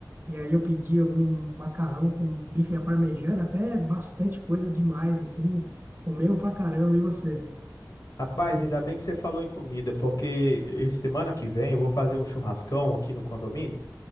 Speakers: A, on the right; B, on the left.
A: E aí eu pedi algum macarrão com bife à parmegiana, até bastante coisa demais, assim. Comemos pra caramba. E você?
B: Rapaz, ainda bem que você falou em comida, porque esse semana que vem eu vou fazer um churrascão aqui no condomínio